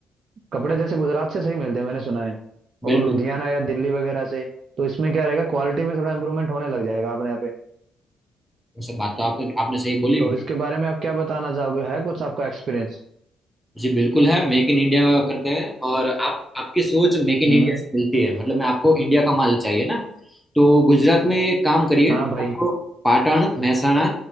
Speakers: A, on the right; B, in the centre.
A: कपड़े जैसे गुजरात से सही मिलते हैं मैंने सुना है
B: बिल्कुल
A: और लुधियाना या दिल्ली वगैरह से तो इसमें क्या रहेगा क्वालिटी में थोड़ा इम्प्रूवमेंट होने लग जाएगा अपने यहाँ पे
B: वैसे बात तो आप, आपने सही बोली
A: तो इसके बारे में आप क्या बताना चाहोगे है कुछ आपका एक्सपीरियंस
B: जी बिल्कुल है मेक इन इंडिया करते हैं और आप आपकी सोच मेक इन
A: हम्म
B: इंडिया से मिलती है मतलब मैं आपको इंडिया का माल चाहिए ना तो गुजरात में एक काम करिए
A: हाँ भाई
B: आपको पाटण महसाणा